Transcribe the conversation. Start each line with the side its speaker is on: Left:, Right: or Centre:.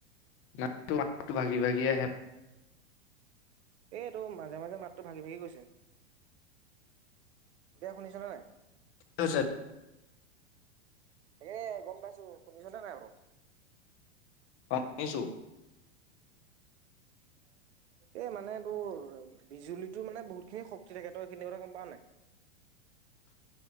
Left: মাতটো মাতটো ভাগি ভাগি আহে।
Right: এইটো মাজে মাজে মাতটো ভাগি ভাগি গৈছে। এতিয়া শুনিছনে নাই।
Left: চ <unintelligible>
Right: এ গম পাইছো শুনিছনে নাই বাৰু।
Left: অ শুনিছো। <inaudible>
Right: এ মানে তোৰ বিজুলীটোৰ মানে বহুত খিনি শক্তি থাকে তই এইখিনি কথা গম পাৱ নাই।
Left: <inaudible>